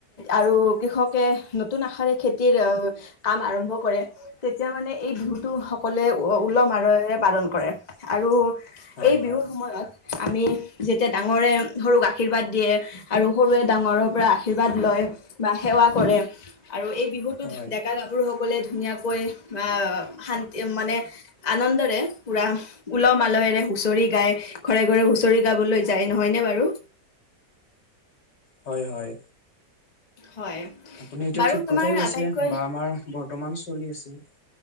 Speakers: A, on the left; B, on the left.
A: আৰু কৃষকে নতুন আশাৰে খেতিৰ- কাম আৰম্ভ কৰে তেতিয়া মানে এই বিহুতটো সকলোৱে উলহ মালহেৰেপালন কৰে। কৰে আৰু
B: হয়
A: এই বিহুৰ
B: হয়
A: সময়ত- আমি যেতিয়া ডাঙৰে সৰুক আৰ্শীৰ্বাদ দিয়ে আৰু সৰুৱে ডাঙৰৰ পৰা আশীৰ্বাদ লয় বা সেৱা কৰে আৰু এই বিহুটোত
B: হয়।
A: ডেকা গাভৰুসকলে- ধুনীয়াকৈ আ শান্তি মানে আনন্দৰে পুৰা উলহ মালহেৰে হুঁচৰি, গায় ঘৰে ঘৰে হুচৰি গাবলৈ যায় নহয়নে বাৰু
B: হয় হয়।
A: হয়
B: আপুনি এইটো
A: বাৰু
B: ঠিক
A: তোমাৰ
B: কথাই কৈছে
A: আটাইতকৈ
B: বা আমাৰ বৰ্তমান চলি আছে।